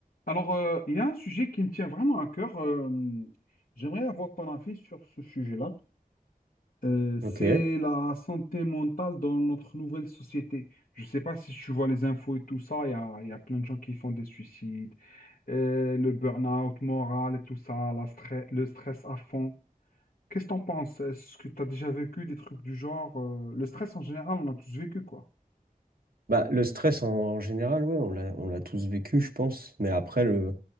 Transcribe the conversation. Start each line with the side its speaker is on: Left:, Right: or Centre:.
Left: Alors, euh, il y a un sujet qui me tient vraiment à cœur. euh, j'aimerais avoir ton avis sur ce sujet-là. Euh, c'est
Right: Ok.
Left: la santé mentale dans notre nouvelle société. Je ne sais pas si tu vois les infos et tout ça. Il y a, il y a plein de gens qui font des suicides, euh, le burn-out moral et tout ça, la stre- le stress à fond. Qu'est-ce que t'en penses? Est-ce que tu as déjà vécu des trucs du genre? euh, le stress en général, on l'a tous vécu, quoi.
Right: Bah, le stress en, en général, ouais, on l'a, on l'a tous vécu, je pense. Mais après, le,